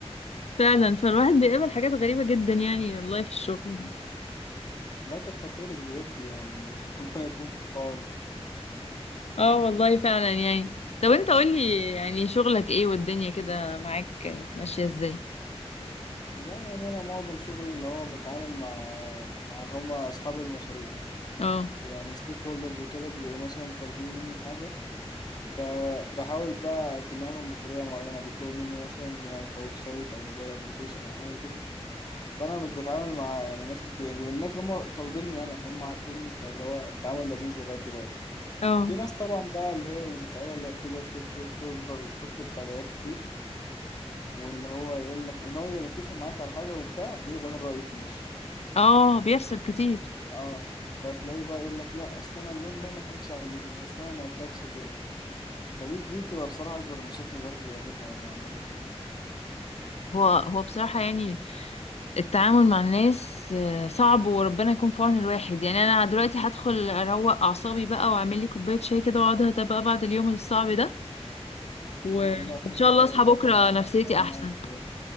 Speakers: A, on the left; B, on the left.
A: فعلا فالواحد بيقابل حاجات غريبة جدا يعني والله في الشغل
B: مم. لا كتر خيرك بجد يعني <laughs> ربنا يكون في عونك
A: اه والله فعلا يعني طب انت قولي يعني شغلك ايه والدنيا كده معاك ماشية ازاي
B: لا يعني انا معظم شغلي اللي هو بتعامل مع مع اللي هم اصحاب المشاريع
A: اه
B: يعني ستيك هولدرز وكده بيبقوا مثلا طالبين مني حاجه فبحاول بقى اقدمها لهم بطريقه معينه بيطلبوا مني مثلا يا كويب سايت او موبايل ابلكيشن او حاجه كده فانا مش بتعامل مع يعني ناس كتير يعني الناس هم طالبيني انا فهم عارفيني فاللي هو التعامل لذيذ لغايه دلوقتي
A: اه
B: في ناس طبعا بقى اللي هي المتعبه اللي هي بتفضل تفضل تفضل تطلب تعديلات كتير واللي هو يقول لك ان هو يبقى متفق معاك على حاجه وبتاع تلاقيه غير رايه في النص
A: اه بيحصل كتير
B: اه فتلاقيه بقى يقول لك لا اصل انا اللون ده ما كانش عاجبني اصل انا ما قلتلكش كده فدي دي بتبقى بصراحه اكبر المشاكل الواحد بيقابلها يعني عامه
A: هو هو بصراحة يعني التعامل مع الناس آه، صعب وربنا يكون في عون الواحد يعني انا دلوقتي هدخل اروق اعصابي بقى واعمل لي كوباية شاي كده واقعد اهدى بقى بعد اليوم الصعب ده وان
B: اه لا فكرة
A: شاء الله
B: حلوة
A: اصحى
B: فعلا
A: بكرة
B: انا
A: نفسيتي
B: كمان
A: احسن
B: هعمل كده